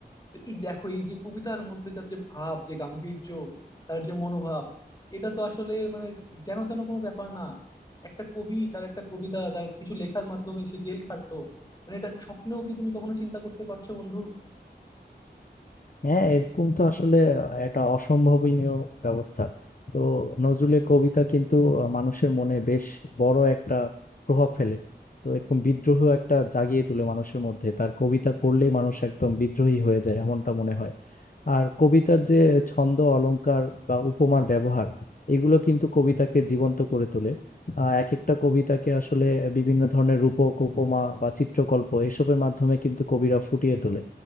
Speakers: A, on the left; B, on the left.
A: তো এই দেখো এই যে কবিতার মধ্যে তার যে ভাব যে গাম্ভীর্য তার যে মনোভাব এটা তো আসলে মানে যেন তেন কোনো ব্যাপার না একটা কবি তার একটা কবিতা তার কিছু লেখার মাধ্যমে সে জেল খাটলো মানে এটা স্বপ্নেও কি তুমি কখনো চিন্তা করতে পারছো বন্ধু
B: হ্যাঁ এরকম তো আসলে একটা অসম্ভাবনীয় ব্যবস্থা তো নজরুলের কবিতা কিন্তু আহ, মানুষের মনে বেশ বড় একটা প্রভাব ফেলে তো এরকম বিদ্রোহ একটা জাগিয়ে তোলে মানুষের মধ্যে তার কবিতা পড়লেই মানুষ একদম বিদ্রোহী হয়ে যায় এমনটা মনে হয় আর কবিতার যে ছন্দ অলংকার বা উপমার ব্যবহার এগুলো কিন্তু কবিতাকে জীবন্ত করে তোলে আহ, এক একটা কবিতাকে আসলে বিভিন্ন ধরনের রূপক উপমা বা চিত্রকল্প এসবের মাধ্যমে কিন্তু কবিরা ফুটিয়ে তোলে